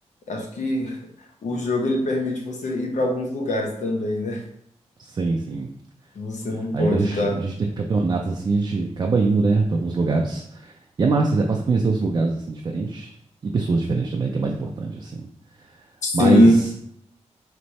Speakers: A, on the left; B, on the right.
A: Acho que o jogo ele permite você ir para alguns lugares também, né?
B: Sim, sim.
A: Que Você não pode
B: Aí quando a gente,
A: estar.
B: a gente tem campeonatos assim, a gente acaba indo, né, pra alguns lugares. E é massa, você passa a conhecer outros lugares assim diferentes e pessoas diferentes também, que é mais importante assim.
A: Sim,
B: Mas